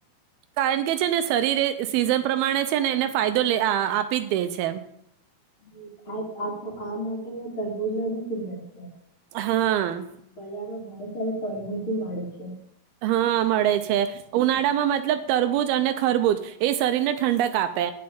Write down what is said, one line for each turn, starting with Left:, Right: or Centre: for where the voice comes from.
Right: કારણ કે છે ને શરીર એ સીઝન પ્રમાણે છે ને એને ફાયદો લે આ આપી જ દે છે.
Left: હમ, <unintelligible> આમ જ <unintelligible> તરબૂજ માબી સિઝન છે.
Right: હા.
Left: બજારમાં સારી તરબૂજો મળે છે.
Right: હા, મળે છે. ઉનાળામાં મતલબ તરબૂજ અને ખરબૂજ એ શરીરને ઠંડક આપે.